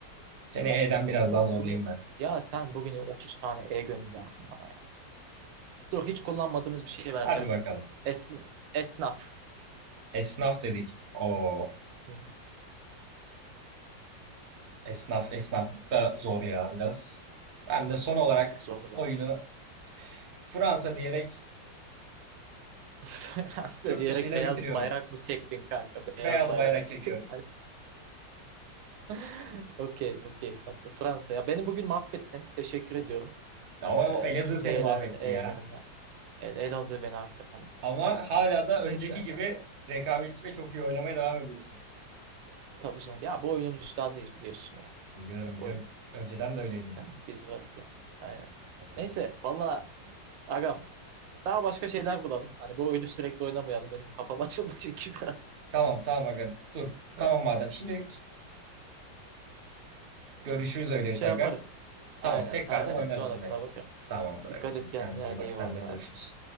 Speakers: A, on the right; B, on the right.
A: Seni E'den biraz
B: Valla
A: daha zorlayayım
B: kurye.
A: ben.
B: Ya sen bugün 30 tane E gönderdin bana ya. Dur hiç kullanmadığımız bir şey vereceğim.
A: Hadi bakalım.
B: Esna, esnaf.
A: Esnaf dedik. O
B: Hı hı.
A: esnaf esnaf da zor ya biraz. Ben de son
B: Esnaflık
A: olarak
B: zor zor.
A: oyunu Fransa diyerek
B: <laughs> Aslında
A: yurt
B: diyerek
A: dışıyla
B: beyaz
A: bitiriyorum.
B: bayrak mı çektin kanka?
A: Beyaz
B: Beyaz bayrak
A: bayrak çekiyorum.
B: çektin. <laughs> Okey, okey tatlı. Fransa. Ya beni bugün mahvettin. Teşekkür ediyorum.
A: Ama
B: Ee,
A: o Elazığ
B: şu
A: seni
B: E'lerle,
A: mahvetti
B: E'lerine.
A: ya.
B: El, Elazığ beni hakikaten bitirdi
A: Ama
B: ya.
A: hala da önceki
B: Neyse
A: gibi
B: ya.
A: rekabetçi ve çok iyi oynamaya devam ediyorsun.
B: Tabii canım. Ya bu oyunun üstadıyız biliyorsun ya.
A: Biliyorum biliyorum.
B: Bu oyun.
A: Önceden de öyleydin.
B: Sen biz varız ya. Aynen.
A: Tamamdır.
B: Neyse. Valla agam. Daha başka şeyler bulalım. Hani bu oyunu sürekli oynamayalım. Benim kafam açıldı <laughs> çünkü biraz.
A: Tamam tamam aga dur. Tamam
B: Ha,
A: madem. Şimdilik görüşürüz öyleyse
B: Şey
A: aga.
B: yaparız.
A: Tamam
B: Aynen
A: tekrardan
B: aynen
A: oynarız
B: sonrasına
A: yine.
B: bakar.
A: Tamamdır
B: Dikkat
A: agacığım.
B: et kendine
A: Kendine
B: hadi
A: iyi bak
B: eyvallah
A: sen de görüşürüz.
B: abi.